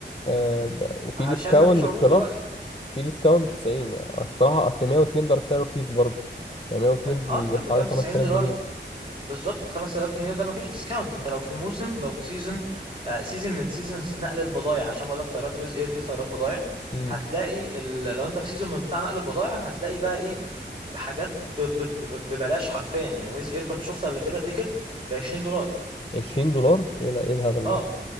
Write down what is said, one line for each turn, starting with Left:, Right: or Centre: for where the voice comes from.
Left: آه ده- وفي
Right: عشان
Left: ديسكاونت
Right: ما فيش
Left: للكلاب
Right: عروض دلوقتي
Left: في ديسكاونت 90 يعني الصراحة أصل 102 ده سعر رخيص برضه يعني 102
Right: ان-
Left: دي
Right: اه انت بتتكلم
Left: حوالي 5000
Right: 90 دولار
Left: جنيه
Right: بالظبط 5000 جنيه وده مفيش ديسكاونت انت لو في موسم لو في سيزون آه سيزون من سيزونز نقل البضائع عشان بقول لك طيارات ويز اير دي طيارات بضائع
Left: امم
Right: هتلاقي ال... لو انت في سيزون من بتاع نقل البضائع هتلاقي بقى ايه بحاجات ب... ب... ب... ببلاش حرفيا يعني ويز اير كنت شفت قبل كده تيكت ب 20 دولار
Left: 20 دولار إيه لا- إيه الهبل
Right: اه
Left: ده